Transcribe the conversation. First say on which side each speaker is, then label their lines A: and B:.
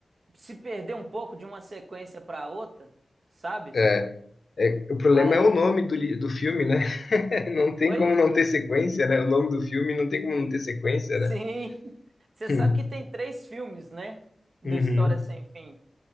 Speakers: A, on the right; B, on the left.
A: se perder um pouco de uma sequência para outra, sabe?
B: É, é, o problema
A: Aí.
B: é o nome do, li- do filme, né? <laughs> Não tem
A: Oi?
B: como não ter sequência, né? O nome do filme não tem como não ter sequência,
A: Sim.
B: né?
A: Você
B: Hum.
A: sabe que tem três filmes, né? Do
B: Uhum.
A: História Sem Fim.